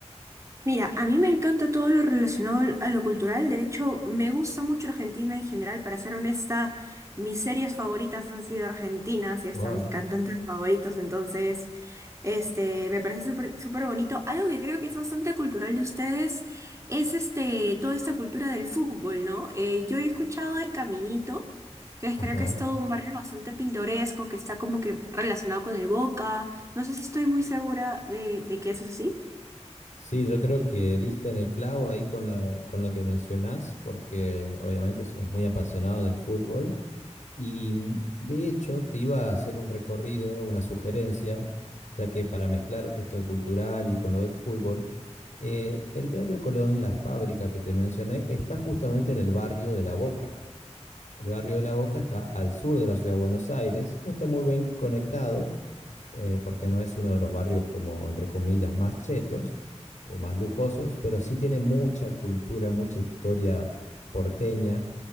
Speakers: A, on the right; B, on the left.
A: Mira, a mí me encanta todo lo relacionado al- a lo cultural. De hecho, me gusta mucho Argentina en general. Para ser honesta, mis series favoritas han sido argentinas y
B: Wow.
A: hasta mis cantantes favoritos. Entonces, este, me parece súper súper bonito. Algo que creo que es bastante cultural de ustedes es este, toda esta cultura del fútbol, ¿no? Eh, yo he escuchado del Caminito, que es-
B: Ajá.
A: creo que es todo un barrio bastante pintoresco, que está como que relacionado con el Boca. No sé si estoy muy segura de, de que eso es así.
B: Sí, yo creo que diste en el clavo ahí con lo, con lo que mencionás, porque obviamente somos muy apasionados del fútbol. Y mm, de hecho, te iba a hacer un recorrido, una sugerencia, ya que para mezclar esto cultural y con lo del fútbol, eh, el Teatro Colón, la fábrica que te mencioné, está justamente en el barrio de La Boca. El barrio de La Boca está al sur de la ciudad de Buenos Aires, no está muy bien conectado, eh, porque no es uno de los barrios como, entre comillas, más chetos o más lujosos, pero sí tiene mucha cultura, mucha historia porteña.